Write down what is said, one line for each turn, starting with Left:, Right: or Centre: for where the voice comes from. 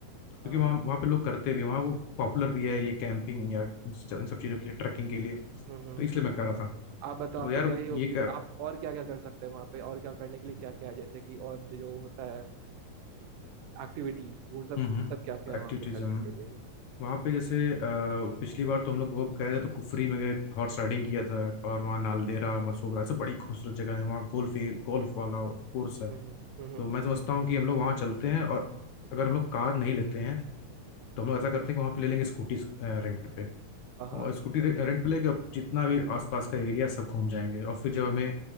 Left: क्योंकि
Right: हाँ
Left: वहाँ
Right: हाँ
Left: वहाँ पे लोग करते भी हैं वहाँ वो पॉपुलर भी है ये कैंपिंग या इन सब इन सब चीज़ों के लिए ट्रैकिंग के लिए
Right: हम्म हम्म
Left: तो इसलिए मैं कह रहा था
Right: आप बताओ
Left: तो
Right: आप
Left: यार
Right: तो गए ही हो
Left: ये
Right: कि
Left: कर
Right: आप और क्या क्या कर सकते हैं वहाँ पे और क्या करने के लिए क्या क्या है जैसे कि और जो होता है एक्टिविटीज वो सब
Left: हम्म
Right: वो
Left: हम्म
Right: सब क्या क्या है
Left: एक्टिविटीज
Right: वहाँ पे करने के लिए
Left: वहाँ पे जैसे अ, पिछली बार तो हम लोग वो गए थे तो कुफरी में गए हॉर्स राइडिंग किया था और वहाँ नालदेहरा मसोबरा सब बड़ी खूबसूरत जगह है वहाँ गोल्फ गोल्फ वाला कोर्स है
Right: हम्म हम्म
Left: तो मैं समझता हूँ कि हम लोग वहाँ चलते हैं और अगर हम लोग कार नहीं लेते हैं तो हम लोग ऐसा करते हैं कि वहाँ पे ले लेंगे स्कूटी रेंट पे
Right: हाँ हाँ
Left: और स्कूटी रे- रेंट पे लेके अब जितना भी आसपास का एरिया सब घूम जाएंगे और फिर जब हमें